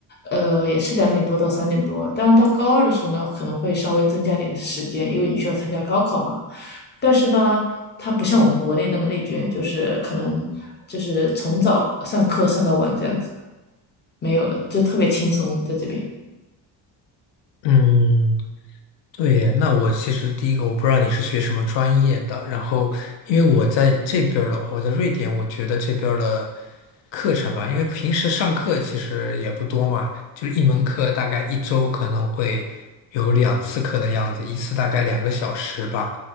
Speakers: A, on the left; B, on the left.
A: 呃，也是两点多到三点多，但是到高二的时候呢，可能会稍微增加点时间，因为你需要参加高考嘛。但是呢，它不像我们国内那么内卷，就是可能就是从早上课上到晚这样子，没有的，就特别轻松在这边。
B: 嗯。对耶，那我其实第一个我不知道你是学什么专业的，然后因为我在这边儿的话，我在瑞典，我觉得这边儿的课程吧，因为平时上课其实也不多嘛，就是一门课大概一周可能会有两次课的样子，一次大概两个小时吧。